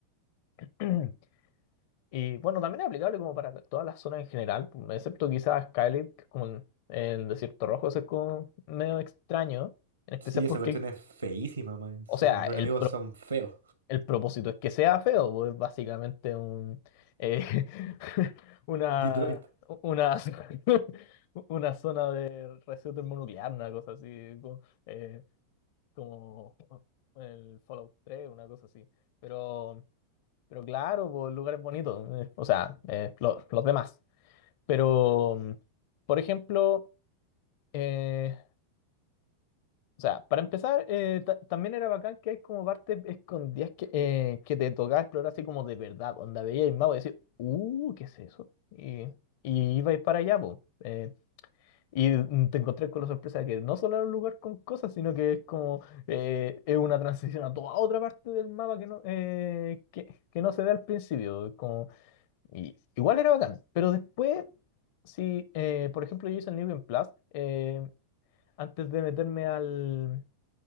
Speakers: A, on the left; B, on the right.
A: <clears throat> y bueno, también es aplicable como para todas las zonas en general, po, excepto quizás Skylit, que es como en el desierto rojo, eso es como medio extraño, en especial
B: Sí, esa
A: porque,
B: cuestión es feísima más encima,
A: o sea,
B: y los
A: el,
B: enemigos
A: pro-
B: son feos.
A: el propósito es que sea feo, pues es básicamente un, eh, <laughs> una,
B: Detroit.
A: una, <laughs> una zona de residuo termonuclear, una cosa así. como, eh, como el Fallout 3 una cosa así. Pero, pero claro, pues, lugares bonitos, eh, o sea, eh, lo- los demás. Pero, mm, por ejemplo, eh, o sea, para empezar, eh, ta- también era bacán que hay como partes escondidas que, eh, que te tocaba explorar así como de verdad, donde veías el mapa y decías, uh, ¿qué es eso? Y, y ibais para allá, pues. eh, Y te encontré con la sorpresa de que no solo era un lugar con cosas, sino que es como eh, es una transición a toda otra parte del mapa que no, eh, que, que no se ve al principio. Como, y, igual era bacán, pero después, si eh, por ejemplo yo hice el New Game Plus, eh, antes de meterme al,